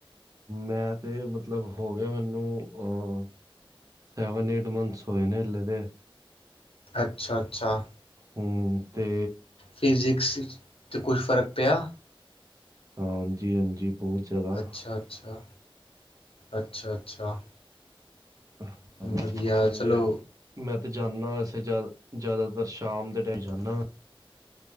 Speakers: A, on the right (about 40°); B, on the left (about 85°).
A: ਮੈਂ ਤੇ ਮਤਲਬ ਹੋ ਗਿਆ ਮੈਨੂੰ ਅਹ ਸੈਵਨ ਏਟ ਮੰਥਸ ਹੋੋਏ ਨੇ ਹਲੇ ਤੇ
B: ਅੱਛਾ ਅੱਛਾ
A: ਹੂੰ ਤੇ
B: ਫਿਜਿਕਸ ਤੇ ਕੁਛ ਫਰਕ ਪਿਆ।
A: ਹਾਂਜੀ-ਹਾਂਜੀ ਬਹੁਤ ਜ਼ਿਆਦਾ
B: ਅੱਛਾ- ਅੱਛਾ -ਅੱਛਾ -ਅੱਛਾ।
A: <inaudible> ਹਾਂਜੀ
B: ਵਧੀਆ
A: ਤੇੇ।
B: ਚਲੋ
A: ਮੈਂ ਤੇ ਜਾਣਾ ਵੈਸੇ ਜ਼ਿਆਦਾਤਰ ਸ਼ਾਮ ਦੇ ਟਾਈਮ ਜਾਣਾ।